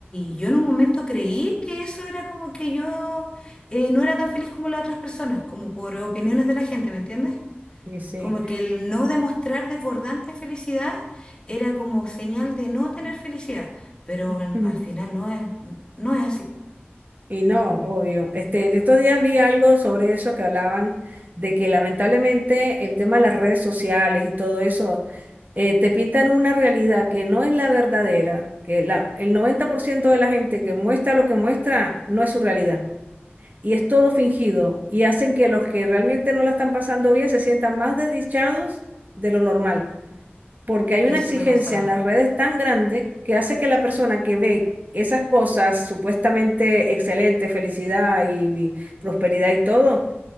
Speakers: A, on the left (about 20°); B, on the right (about 45°).
A: y yo en un momento creí que eso era como que yo eh, no era tan feliz como las otras personas, como por opiniones de la gente, ¿me entiendes?
B: Y sí.
A: Como que el no demostrar desbordante felicidad era como señal de no tener felicidad, pero
B: <laughs>
A: en- al final no es, no es así.
B: Y no, obvio. Este, en estos días vi algo sobre eso que hablaban de que lamentablemente el tema de las redes sociales y todo eso eh, te pintan una realidad que no es la verdadera, que la, el 90% de la gente que muestra lo que muestra no es su realidad y es todo fingido y hacen que los que realmente no la están pasando bien se sientan más desdichados de lo normal porque hay
A: Eso
B: una exigencia
A: me pasaba.
B: en las redes tan grande que hace que la persona que ve esas cosas supuestamente excelentes, felicidad y, y prosperidad y todo,